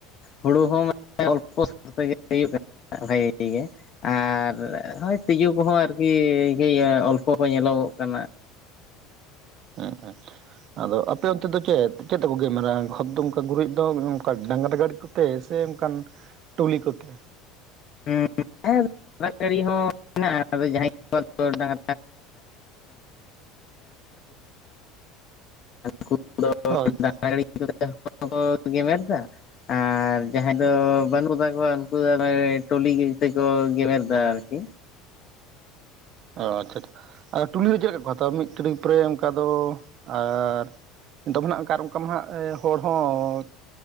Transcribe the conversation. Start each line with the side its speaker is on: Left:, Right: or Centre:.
Left: ᱦᱩᱲᱩ ᱦᱚᱸ ᱢᱟᱱᱮ ᱚᱞᱯᱚ ᱥᱟᱶ ᱛᱮᱜᱮ ᱦᱩᱭᱩᱜ ᱠᱟᱱᱟ ᱵᱷᱟᱜᱤ ᱜᱮ ᱟᱨᱼᱼ ᱦᱚᱭ ᱛᱤᱡᱩ ᱠᱚ ᱦᱚᱸ ᱟᱨᱠᱤ ᱤᱭᱟᱹ ᱚᱞᱯᱚ ᱠᱚ ᱧᱮᱞᱚᱜ ᱠᱟᱱᱟ᱾
Right: ᱦᱮᱸ ᱦᱮᱸ ᱟᱫᱚ ᱟᱯᱮ ᱚᱱᱛᱮ ᱫᱚ ᱪᱮᱫ? ᱪᱮᱫ ᱛᱮ ᱠᱚ ᱜᱮᱢᱮᱨᱟ ᱠᱷᱚᱫ ᱫᱚ ᱚᱱᱠᱟ ᱜᱩᱨᱤᱡ ᱫᱚ ᱚᱱᱠᱟ ᱰᱟᱸᱝᱨᱟ ᱜᱟᱹᱲᱤ ᱠᱚ ᱛᱮ ᱥᱮ ᱚᱱᱠᱟᱱ ᱴᱩᱞᱤ ᱠᱚᱛᱮ
Left: <unintelligible> ᱫᱟᱜ ᱡᱟᱹᱲᱤ ᱦᱚᱸ ᱢᱮᱱᱟᱜᱼᱟ ᱡᱟᱦᱟᱸᱭ ᱠᱚ ᱰᱟᱝ ᱠ <unintelligible>
Right: ᱦᱳᱭ
Left: <unintelligible> ᱠᱚ ᱜᱮᱢᱮᱨ ᱫᱟ ᱾ ᱟᱨ ᱡᱟᱦᱟᱸᱭ ᱫᱚ ᱵᱟᱹᱱᱩᱜ ᱛᱟᱠᱚᱣᱟ ᱩᱱᱠᱩ ᱫᱚᱮ ᱴᱚᱞᱤ ᱛᱮᱠᱚ ᱜᱮᱢᱮᱨ ᱫᱟ ᱟᱨᱠᱤ
Right: ᱚ ᱟᱪᱪᱷᱟ ᱟᱪᱪᱷᱟ ᱴᱩᱞᱤ ᱨᱮ ᱪᱮᱫ ᱞᱮᱠᱟ ᱠᱚ ᱦᱟᱛᱟᱣᱟ? ᱢᱤᱫ ᱴᱨᱤᱯ ᱨᱮ ᱚᱱᱠᱟ ᱫᱚ ᱟᱨ <unintelligible> ᱚᱱᱠᱟ ᱢᱟ ᱦᱱᱟᱜ ᱦᱚᱲ ᱦᱚᱸ